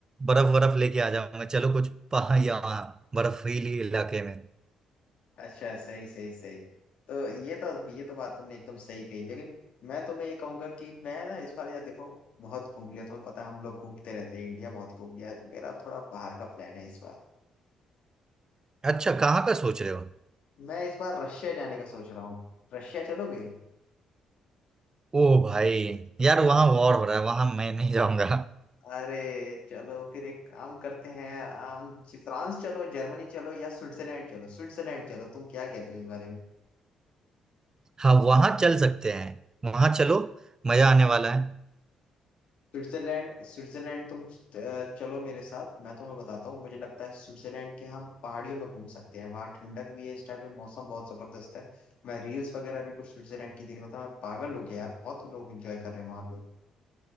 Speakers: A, on the right (about 30°); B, on the left (about 65°).
A: बर्फ बर्फ लेके आ जाऊंगा चलो कुछ पहाड़ या वहाँ बर्फीली इलाके में
B: अच्छा सही सही सही तो ये तो ये तो बात तुमने एकदम सही कही लेकिन मैं तुम्हें ये कहूंगा कि मैं ना इस बार यार देखो बहुत घूम लिया तुम्हें पता है हम लोग घूमते रहते हैं इंडिया बहुत घूम लिया मेरा थोड़ा बाहर का प्लान है इस बार
A: अच्छा कहाँ का सोच रहे हो
B: मैं इस बार रशिया जाने का सोच रहा हूँ रशिया चलोगे
A: ओ भाई यार वहाँ वॉर हो रहा है वहां मैं नहीं जाऊंगा
B: अरे चलो फिर एक काम करते हैं हम जी- फ्रांस चलो जर्मनी चलो या स्विट्जरलैंड चलो स्विट्जरलैंड चलो तुम क्या कहते हो इस बारे में
A: हाँ वहां चल सकते हैं वहां चलो मजा आने वाला है
B: स्विट्जरलैंड स्विट्जरलैंड तुम अ, चलो मेरे साथ मैं तुम्हें बताता हूँ मुझे लगता है स्विट्जरलैंड के हम पहाड़ियों में घूम सकते हैं वहाँ ठंडक भी है इस टाइम पे मौसम बहुत जबरदस्त है मैं रील्स वगैरह भी कुछ स्विट्जरलैंड की देख रहा था मैं पागल हो गया यार बहुत लोग एंजॉय कर रहे हैं वहाँ पे